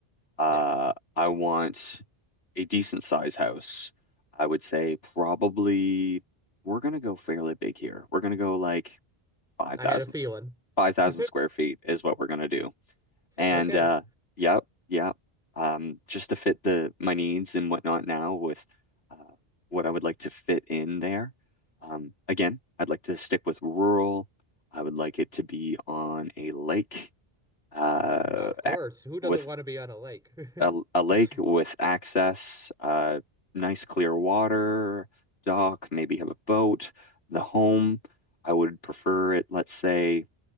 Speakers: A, on the left; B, in the centre.
A: Uh,
B: Yeah,
A: I want a decent size house. I would say probably we're gonna go fairly big here. We're gonna go like five
B: I
A: thousand,
B: had a feeling.
A: five
B: <laughs>
A: thousand square feet is what we're gonna do. And
B: Okay.
A: uh yep, yep. Um just to fit the my needs and whatnot now with uh what I would like to fit in there. Um again, I'd like to stick with rural. I would like it to be on a lake uh
B: Of course.
A: ac-
B: Who doesn't
A: with
B: want to be on a lake?
A: a, a lake
B: <laughs>
A: with access, uh nice clear water, dock, maybe have a boat, the home. I would prefer it, let's say,